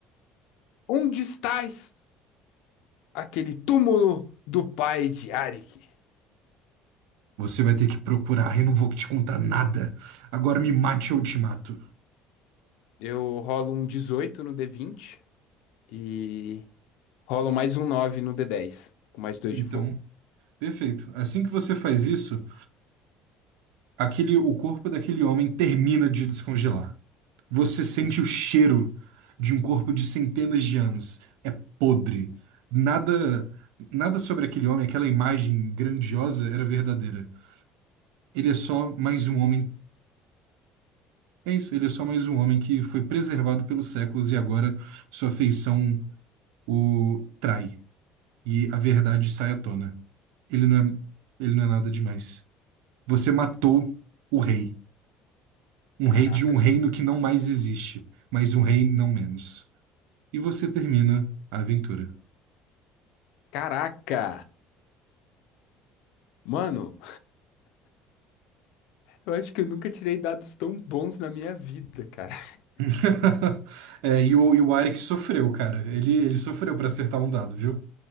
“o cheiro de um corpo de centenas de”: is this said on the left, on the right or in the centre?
Right